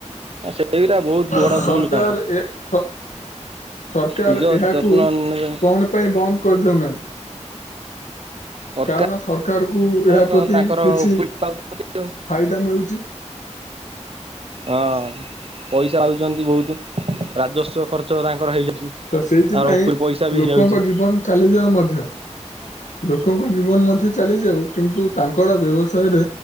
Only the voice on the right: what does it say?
ସେଇଗୁରା ବହୁତ ବଡ
ଭୁଲ କାମ
ନିଜ
ଯତ୍ନ ନେବେ
ସରକାର
ତ
ତାଙ୍କର
ଉପୁରି ପାଉଛନ୍ତି ଆଉ
ହଁ ପଇସା ଆଉଛନ୍ତି ବହୁତ ରାଜସ୍ୱ ଖର୍ଚ୍ଚ ତାଙ୍କର ହେଇଯାଉଛି।
ତାର ଉପରି ପଇସା ବି
ହେଇଯାଉଛି